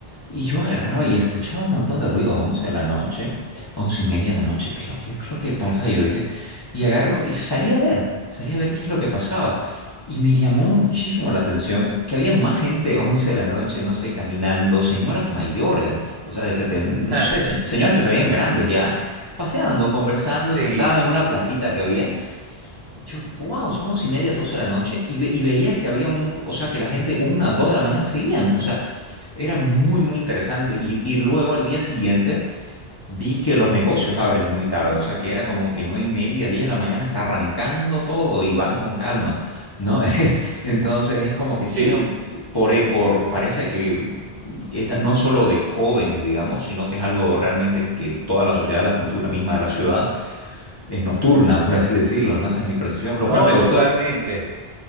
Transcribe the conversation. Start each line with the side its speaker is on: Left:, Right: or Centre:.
Left: y yo agarraba y escuchaba un montón de ruido a 11 de la noche, 11 y media de la noche, pero ¿qué es lo que pasa? Y yo dije, y agarro y salí a ver, salí a ver qué es lo que pasaba. Y me llamó muchísimo la atención que había más gente <laughs> 11 de la noche, no sé, caminando, señoras mayores, o sea, de 70, no
Right: <laughs>
Left: sé, se- señoras que se veían grandes ya, paseando, conversando,
Right: Sí,
Left: sentadas en una placita que había. Yo, wow, son 11 y media, 12 de la noche, y, ve- y veía que había un, o sea, que la gente una, dos de la mañana seguían, o sea, era muy, muy interesante. Y, y luego al día siguiente vi que los negocios abren muy tarde, o sea que era como que nueve y media, 10 de la mañana está arrancando todo y van con calma, ¿no? <laughs> Entonces es como que
Right: sí,
Left: tiene, un- por, e- por parece que es- no es solo de jóvenes, digamos, sino que es algo realmente que toda la sociedad, la cultura misma de la ciudad es nocturna, por así decirlo, ¿no? Esa es mi percepción, lo
Right: no,
Left: cual me gustó.
Right: totalmente.